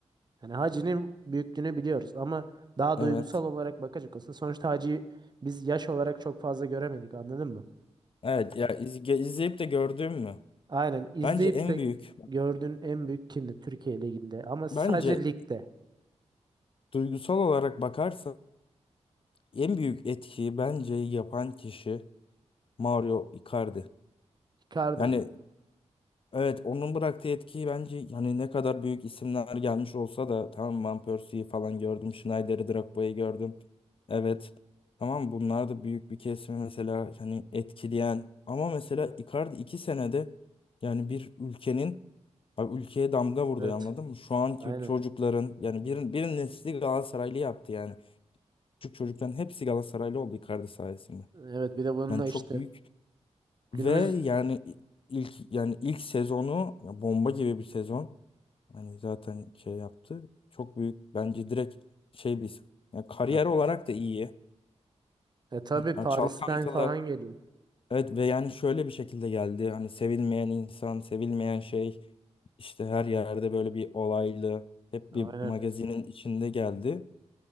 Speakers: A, on the right; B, on the left.
A: yani hacinin büyüklüğünü biliyoruz ama daha
B: Evet.
A: duygusal olarak bakacak olsa sonuçta hacıyı biz yaş olarak çok fazla göremedik anladın mı?
B: Evet ya izge- izleyip de gördüğüm mü?
A: Aynen izleyip
B: Bence en
A: de
B: büyük
A: gördüğün en büyük kimdi Türkiye Ligi'nde ama sadece
B: bence
A: ligde.
B: duygusal olarak bakarsan en büyük etkiyi bence yapan kişi Mario Icardi.
A: Icardi
B: Yani
A: mi?
B: evet onun bıraktığı etkiyi bence yani ne kadar büyük isimler gelmiş olsa da tamam Van Persie'yi falan gördüm. Schneider'i, Drogba'yı gördüm. Evet. Tamam bunlar da büyük bir kesimi mesela hani etkileyen ama mesela Icardi iki senede yani bir ülkenin abi ülkeye damga vurdu
A: Evet.
B: anladın mı? Şu anki
A: Aynen.
B: çocukların yani bir, bir nesli Galatasaraylı yaptı yani. Küçük çocukların hepsi Galatasaraylı oldu Icardi sayesinde.
A: Evet bir de bununla
B: Yani çok
A: işte
B: büyük
A: günümüz
B: Ve yani ilk yani ilk sezonu ya bomba gibi bir sezon. Hani zaten şey yaptı. Çok büyük bence direkt şey bir ya kariyer
A: ya,
B: olarak da iyi.
A: e tabii Paris'ten
B: Ya çalkantılı.
A: falan geliyor.
B: Evet ve yani şöyle bir şekilde geldi. Hani sevilmeyen insan, sevilmeyen şey işte her yerde böyle bir olaylı hep
A: Aynen.
B: bir magazinin içinde geldi.